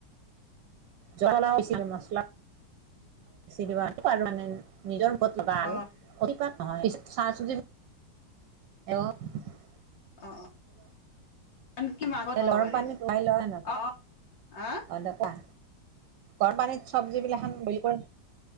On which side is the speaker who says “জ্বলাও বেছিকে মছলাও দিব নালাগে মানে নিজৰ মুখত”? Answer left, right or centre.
Right